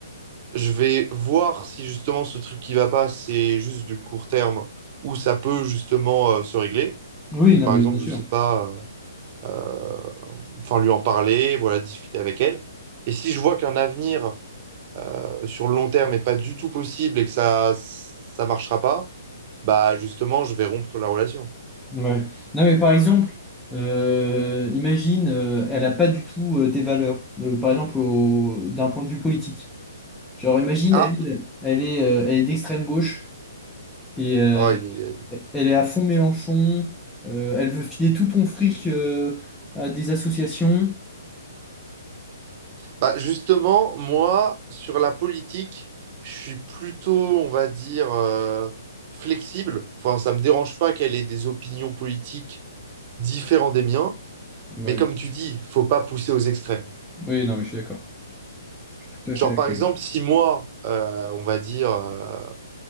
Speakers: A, on the right; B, in the centre.
A: je vais voir si justement ce truc qui va pas, c'est juste du court terme ou ça peut justement euh, se régler.
B: Oui,
A: Donc
B: non,
A: par
B: mais
A: exemple,
B: bien
A: je
B: sûr.
A: sais pas, euh, euh, enfin lui en parler, voilà, discuter avec elle. Et si je vois qu'un avenir euh, sur le long terme n'est pas du tout possible et que ça ça marchera pas, bah justement, je vais rompre la relation.
B: Ouais. Non, mais par exemple, euh, imagine, euh, elle a pas du tout euh, tes valeurs, de- par exemple, au- d'un point de vue politique. Genre, imagine,
A: Ah,
B: elle, elle est, euh, elle est d'extrême gauche et euh,
A: oh, il-
B: elle est à fond Mélenchon, euh, elle veut filer tout ton fric euh, à des associations.
A: Bah, justement, moi, sur la politique, je suis plutôt, on va dire, euh, flexible. Enfin, ça me dérange pas qu'elle ait des opinions politiques différentes des miens.
B: Ouais.
A: Mais comme tu dis, faut pas pousser aux extrêmes.
B: Oui, non, mais je suis d'accord. Tout à
A: Genre,
B: fait d'accord.
A: par exemple, si moi, euh, on va dire, euh,